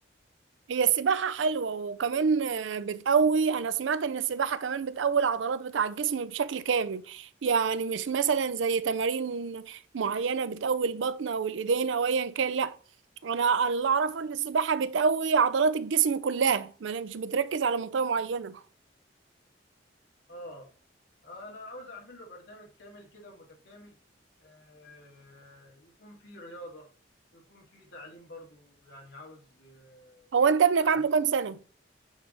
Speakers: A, on the right (about 80°); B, on the left (about 65°).
A: هي السباحة حلوة وكمان آه، بتقوي أنا سمعت إن السباحة كمان بتقوي العضلات بتاع الجسم بشكل كامل يعني مش مثلا زي تمارين معينة بتقوي البطن أو الإيدين أو أيا كان لأ أنا اللي أعرفه إن السباحة بتقوي عضلات الجسم كلها ما أنا مش بتركز على منطقة معينة
B: اه آه، انا عاوز اعمل له برنامج كامل كده متكامل آه يكون فيه رياضه ويكون فيه تعليم برضو يعني عاوز آه،
A: هو أنت ابنك
B: اعلمه
A: عنده كام سنة؟